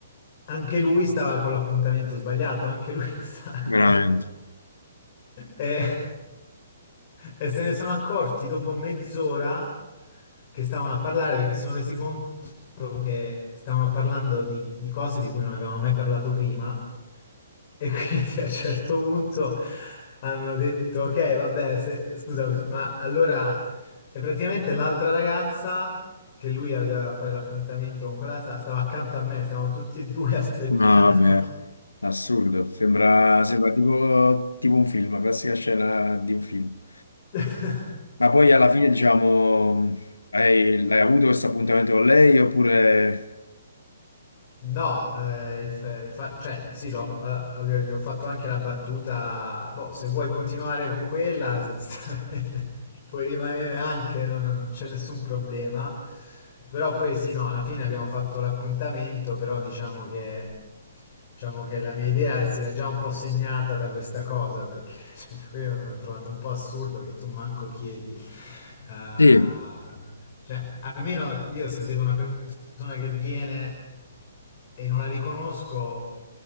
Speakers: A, on the left (about 40°); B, on the left (about 75°).
A: anche lui stava con l'appuntamento sbagliato, anche lui <laughs> stava...
B: Veramente.
A: E, e se ne sono accorti dopo mezz'ora che stavano a parlare perché si sono resi conto detto che stavano parlando di, di cose di cui non avevano mai parlato prima e <laughs> quindi a un certo punto hanno detto, ok, vabbè, se- scusami, ma allora e praticamente l'altra ragazza che lui aveva a fare l'appuntamento con quella sta- stava accanto a me, stavamo tutti e due aspettando.
B: No, vabbè, Assurdo, sembra, sembra tipo, tipo un film, la classica scena di un film.
A: <laughs>
B: Ma poi alla fine, diciamo, hai, l'hai avuto questo appuntamento con lei oppure...
A: No, eh, inf- eh, infa- cioè, sì, l'ho- eh, gli ho, gli ho fatto anche la battuta. Boh, se vuoi continuare con quella, se ti sta <laughs> bene, puoi rimanere anche, no, no, non c'è nessun problema. Però poi sì, no, alla fine abbiamo fatto l'appuntamento, però diciamo che, diciamo che la mia idea si era già un po' segnata da questa cosa, perché <laughs> cioè, io l'ho trovato un po' assurdo che tu manco chiedi. eh,
B: sì.
A: cioè, almeno io se vedo una persona che viene e non la riconosco,